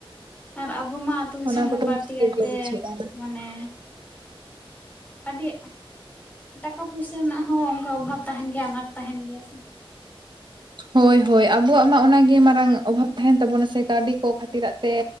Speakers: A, on the left; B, on the right.
A: ᱟᱨ ᱟᱵᱚ ᱢᱟ ᱟᱹᱛᱩ ᱫᱤᱥᱚᱢ
B: ᱚᱱᱟ ᱠᱚᱫᱚ
A: ᱨᱮ ᱵᱟᱹᱲᱛᱤ
B: ᱢᱩᱥᱠᱤᱞ
A: ᱠᱟᱭᱛᱮ
B: ᱜᱮ ᱵᱩᱡᱷᱟᱹᱜᱼᱟ
A: ᱢᱟᱱᱮ ᱟᱹᱰᱤ ᱴᱟᱠᱟ ᱯᱩᱭᱥᱟᱹ ᱨᱮᱱᱟᱜ ᱦᱚᱸ ᱚᱱᱠᱟ ᱚᱵᱷᱟᱵ ᱛᱟᱦᱮᱱ ᱜᱮᱭᱟ ᱟᱱᱟᱴ ᱛᱟᱦᱮᱱ ᱜᱮᱭᱟ ᱥᱮ
B: ᱦᱳᱭ ᱦᱳᱭ ᱟᱵᱚᱣᱟᱜ ᱢᱟ ᱚᱱᱟᱜᱮ ᱢᱟᱨᱟᱝ ᱚᱵᱷᱟᱵ ᱛᱟᱦᱮᱱ ᱛᱟᱵᱚᱱᱟ ᱥᱮ ᱠᱟᱹᱣᱰᱤ ᱠᱷᱟᱹᱛᱤᱨᱟᱜ ᱛᱮ